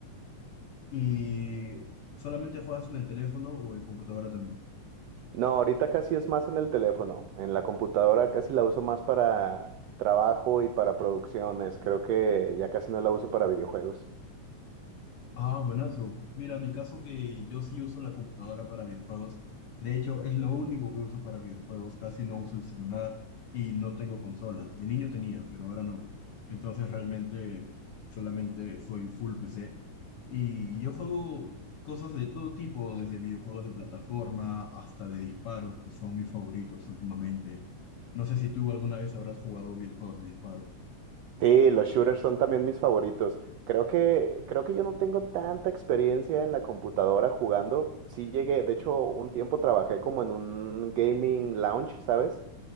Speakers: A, on the left (about 70°); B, on the right (about 80°).
A: ¿Y solamente juegas en el teléfono o en computadora también?
B: No, ahorita casi es más en el teléfono, en la computadora casi la uso más para trabajo y para producciones, creo que ya casi no la uso para videojuegos.
A: Ah, buenazo. Mira, mi caso que yo sí uso la computadora para videojuegos. De hecho, es lo único que uso para videojuegos. Casi no uso el celular y no tengo consolas. De niño tenía, pero ahora no. Entonces realmente solamente soy full PC. Y yo juego cosas de todo tipo, desde videojuegos de plataforma hasta de disparos, que son mis favoritos últimamente. No sé si tú alguna vez habrás jugado videojuegos de disparos.
B: Sí, los shooters son también mis favoritos. Creo que, creo que yo no tengo tanta experiencia en la computadora jugando. Sí llegué, de hecho, un tiempo trabajé como en un gaming lounge, ¿sabes?